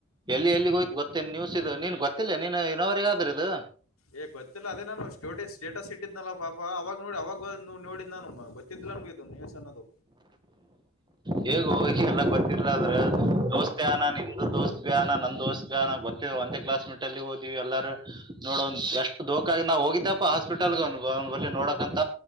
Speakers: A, on the right; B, on the left.
A: ಎಲ್ಲಿ ಎಲ್ಲಿಗೆ ಹೋಯ್ತು ಗೊತ್ತ ನ್ಯೂಸ್ ಇದು ನೀನ್ ಗೊತ್ತಿಲ್ಲ ನೀನ್ ಇನೋವ್ರಗಾದ್ರ ಇದು
B: ಏ ಗೊತ್ತಿಲ್ಲ ಅದೇ ನಾನು ಸ್ಟೋಟ ಸ್ಟೇಟಸ್ ಇಟ್ಟಿದನಲ್ಲ ಪಾಪ ಅವಾಗ ನೋಡಿ ಅವವಾಗ ನೋಡಿ ನಾನು ಗೊತ್ತಿದ್ದಿಲ್ಲ ನಮಗೆ ಇ ನೀಸ್ ಅನ್ನೋದು
A: ಹೇಗ ಹೋಗಿ ಎಲ್ಲ ಗೊತ್ತಿಲ್ಲ ಆದ್ರೆ ದೋಸ್ತಿ ಅಾನ ನಿಂದುು ದೋಸ್ತ್ ಭ ಅಾನ ನಂದ ದೋಸ್ ಭ ಅಾನ ಗೊ ಮತ್ತ ಒಂದೇ ಕ್ಲಾಸ್ ಮೀಟರ್ ಅಲ್ಲಿ ಹಓದಿವವಿ ಎಲ್ಲಾರೂ ನೋಡೋ ಎಷ್ಟು ದೋಖಕಗ ನಾ ಹೋಗಿದ್ದ ಹಾಸ್ಪಿಟಲ್ಗ ಅವನ್ ಅವ್ ಬಳಿ ನೋಡಕಂತ